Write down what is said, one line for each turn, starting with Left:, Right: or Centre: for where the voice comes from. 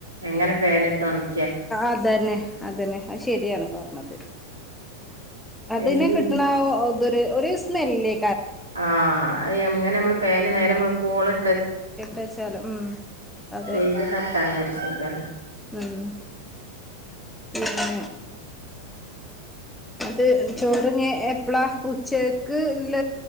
Right: എങ്ങനെ ഫെനെ ഇട്ട് ഉണ-
Centre: അതന്നെ അതന്നെ അ ശെരിയാണ് പറഞ്ഞത് അതിനെ
Right: വെയിലില്ല
Centre: കിട്ടണ ഇതൊ ഒരു സ്മെല്ലേ
Right: ആഹ അത് അങ്ങനെ നമ്മള് ഫേന നേരം വിളുക്കോള-
Centre: എട്ടാച്ചാലും ഉം അതെ
Right: വെയില് തട്ടാഞ്ഞൊരു സുഖല്ല
Centre: ഉം പിന്നെ അത് ചോറിങ്ങ എപ്പളാ ഉച്ചക്ക് ഇല്ല